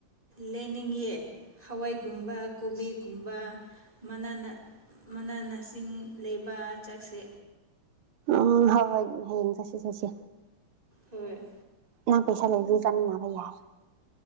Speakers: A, on the right; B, on the right.
A: ꯂꯩꯅꯤꯡꯉꯤ ꯍꯋꯥꯏꯒꯨꯝꯕ ꯀꯣꯕꯤꯒꯨꯝꯕ ꯃꯅꯥꯅ ꯃꯅꯥ ꯅꯁꯤꯡ ꯂꯩꯕ ꯆꯛꯁꯦ
B: ꯎꯝ ꯍꯣꯏ ꯍꯣꯏ ꯍꯌꯦꯡ ꯆꯠꯁꯦ ꯆꯠꯁꯦ
A: ꯍꯣꯏ
B: ꯅꯪ ꯄꯩꯁꯥ ꯂꯩꯖꯤ ꯆꯠꯃꯤꯟꯅꯕ ꯌꯥꯏ